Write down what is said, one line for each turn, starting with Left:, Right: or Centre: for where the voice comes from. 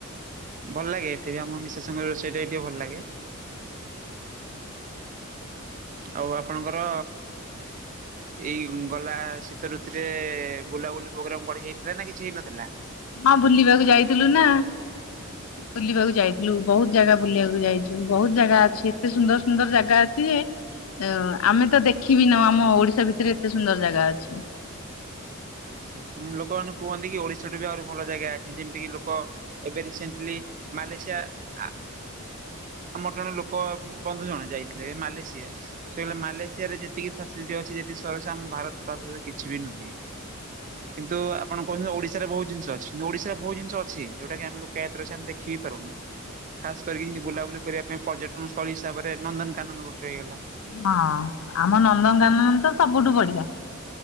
Right: ଭଲ ଲାଗେ ଏଠି ବି ଆମ ମିସେସ୍ ଙ୍କ ର ରୋଷେଇ ଟା ଟିକେ ଭଲ୍ ଲାଗେ। ଆଉ ଆପଣଙ୍କର ଏଇ ଗଲା ଶୀତ ଋତୁରେ ବୁଲାବୁଲି ପ୍ରୋଗ୍ରାମ୍ କଣ ହେଇଥିଲା ନା କିଛି ହେଇନଥିଲା?
Left: ହଁ ବୁଲିବାକୁ ଯାଇଥିଲୁ ନା। ବୁଲିବାକୁ ଯାଇଥିଲୁ ବହୁତ୍ ଜାଗା ବୁଲିବାକୁ ଯାଇଚୁ ବହୁତ୍ ଜାଗା ଅଛି ଏତେ ସୁନ୍ଦର୍ ସୁନ୍ଦର୍ ଜାଗା ଅଛି ଯେ ଓ ଆମେ ତ ଦେଖିବି ନାଉ ଆମ ଓଡିଶା ଭିତରେ ଏତେ ସୁନ୍ଦର୍ ଜାଗା ଅଛି।
Right: ଆଚ୍ଛା ନାଇଁ ଲୋକ ମାନେ କୁହନ୍ତି କି ଓଡିଶାଠୁ ବି ଆହୁରି ଭଲ ଜାଗା ଅଛି। ଯେମତି କିି ଲୋକ ଏବେ ରିସେଣ୍ଟ୍ଲି ମାଲେସିଆ ‌ଆ ଆମର ଜଣେ ଲୋକ ବନ୍ଧୁ ଜଣେ ଯାଇଥିଲେ ମାଲେସିଆ ସିଏ କହିଲେ ମାଲେସିଆ ରେ ଯେତିକି ଫାସିଲିଟି ଅଛି ଯେତିକ ସରସ ଆମ ଭାରତ ତା ତୁଳନାରେ କିଛି ବି ନୁହେଁ। କିନ୍ତୁ ଆପଣ କହୁଚନ୍ତି ଓଡିଶାରେ ବହୁତ୍ ଜିନିଷ ଅଛି କିନ୍ତୁ ଓଡିଶାରେ ବହୁତ୍ ଜିନିଷ ଅଛି ଯଉଟା କି ଆମ ଲୋକାୟତରେ ଅଛି ଆମେ ଦେଖି ବି ପାରୁନେ ଖାସ୍ କରିକି ବୁଲାବୁଲି କରିବା ପାଇଁ ପର୍ଯ୍ୟଟନସ୍ଥଳୀ ହିସାବରେ ନନ୍ଦନ କାନନ ଗୋଟେ ହେଇଗଲା
Left: ହଁ ଆମ ନନ୍ଦନକାନନ ତ ସବୁଠୁ ବଢିଆ।